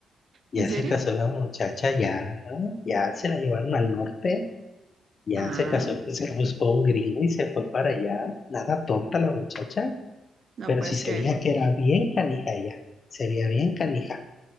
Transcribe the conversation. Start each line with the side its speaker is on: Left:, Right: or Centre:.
Left: ya
Right: ¿En serio?
Left: se casó la muchacha, ya, ¿no? ya se la llevaron al norte, ya
Right: Ah,
Left: se casó, pues, se buscó un gringo y se fue para allá. Nada tonta la muchacha.
Right: no,
Left: pero
Right: pues
Left: sí se
Right: que,
Left: veía que era bien canija ella, se veía bien canija,